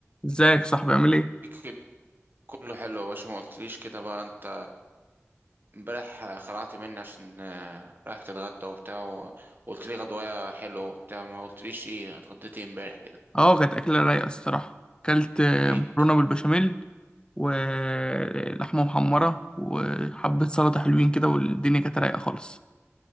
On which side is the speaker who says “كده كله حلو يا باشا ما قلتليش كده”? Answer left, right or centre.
Right